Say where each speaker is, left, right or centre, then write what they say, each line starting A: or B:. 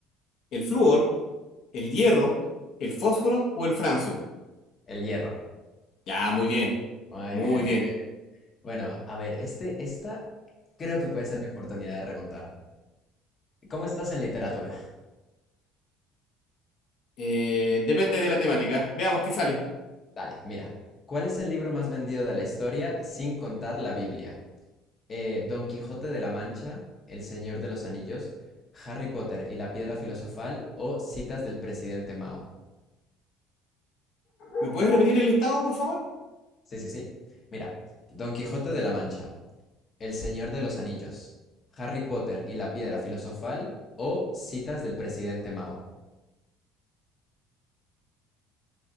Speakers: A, on the left; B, on the left.
A: ¿El flúor, el hierro, el fósforo o el francio?
B: El hierro.
A: Ya, muy bien,
B: Muy
A: muy
B: bien, muy
A: bien.
B: bien. Bueno, a ver, este, esta creo que puede ser mi oportunidad de remontar. ¿Cómo estás en literatura?
A: Eh, depende de la temática. Veamos qué sale.
B: Dale, mira. ¿Cuál es el libro más vendido de la historia sin contar la Biblia? Eh, Don Quijote de la Mancha, El Señor de los Anillos, Harry Potter y la Piedra Filosofal o Citas del Presidente Mao.
A: ¿Me puedes repetir el listado, por favor?
B: Sí, sí, sí. Mira, Don Quijote de la Mancha. El Señor de los Anillos, Harry Potter y la Piedra Filosofal o Citas del Presidente Mao.